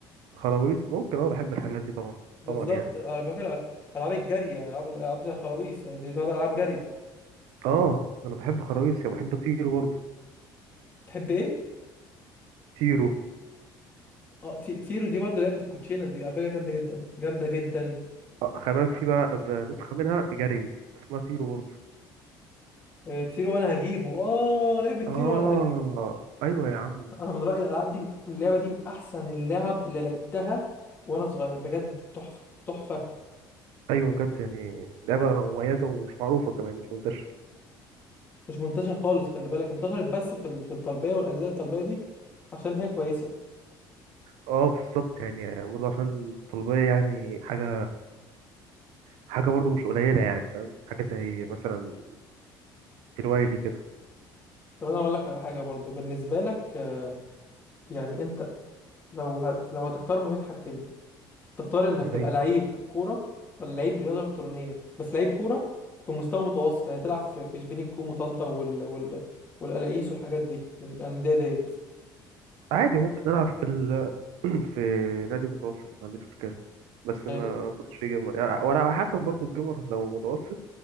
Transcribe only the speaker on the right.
خراويص ممكن اه بحب الحاجات دي طبعا
طبعا يعني
اه انا بحب خراويص يعني بحب طيرو برضه
طيرو
آه، خلي بالك في بقى في نسخه منها جري اسمها طيرو برضه
اه
ايوه يا عم
ايوه بجد يعني لعبه مميزه ومش معروفه كمان مش منتشره
اه بالظبط يعني برضه عشان الطلبية يعني حاجة حاجة برضه مش قليلة يعني فاهم حاجة زي مثلا الوايلي كده
زي
عادي ممكن ألعب في ال... <clears throat> في نادي متوسط ما عنديش مشكلة بس
ما كنتش جيمر يعني ولا على حسب برضه الجيمر لو متوسط